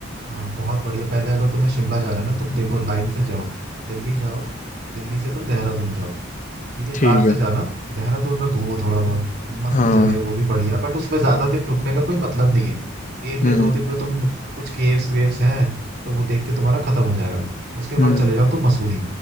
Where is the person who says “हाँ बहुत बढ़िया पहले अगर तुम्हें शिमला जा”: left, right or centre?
Right